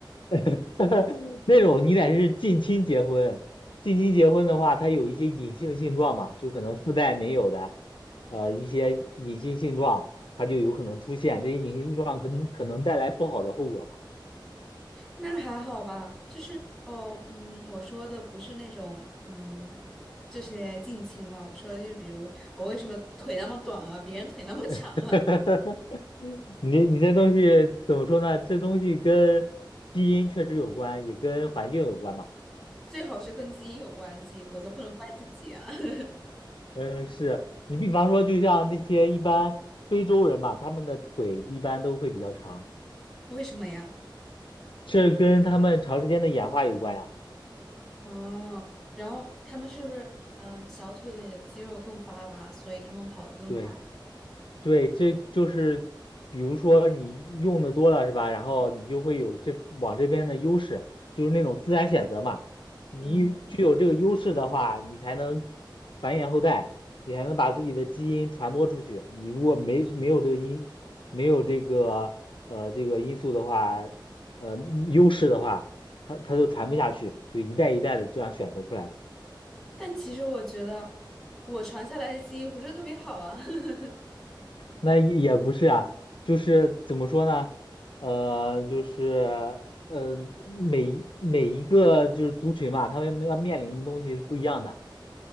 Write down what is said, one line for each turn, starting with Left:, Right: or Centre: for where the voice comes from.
Left: <laughs> 那种你得是近亲结婚，近亲结婚的话，它有一些隐性性状嘛，就可能父代没有的，呃一些隐性性状，它就有可能出现，这些隐性性状可能可能带来不好的后果吧。
Centre: 那还好吧，就是哦，嗯，我说的不是那种，嗯，这些近亲嘛，我说的就是比如我为什么腿那么短啊，别人腿那么长，
Left: <laughs>
Centre: <laughs>
Left: 你你这东西怎么说呢？这东西跟基因确实有关，也跟环境有关吧？
Centre: 最好是跟基因有关系，否则不能怪自己啊。<laughs>
Left: 嗯，是你比方说，就像那些一般非洲人嘛，他们的腿一般都会比较长，
Centre: 为什么呀？
Left: 这跟他们长时间的演化有关呀。
Centre: 哦，然后他们是不是嗯、呃小腿里的肌肉更发达，所以他们跑得更快？
Left: 对。对，这就是比如说你用的多了是吧？然后你就会有这往这边的优势，就是那种自然选择嘛。你具有这个优势的话，
Centre: 嗯，
Left: 你才能繁衍后代，你才能把自己的基因传播出去。你如果没没有这个因，没有这个呃这个因素的话，呃优势的话，它它就传不下去，就一代一代的这样选择出来了。
Centre: 但其实我觉得我传下来的基因不是特别好啊。<laughs>
Left: 那也不是啊，就是怎么说呢？呃，就是呃，每一每一个就是族群嘛，他们要面临的东西是不一样的。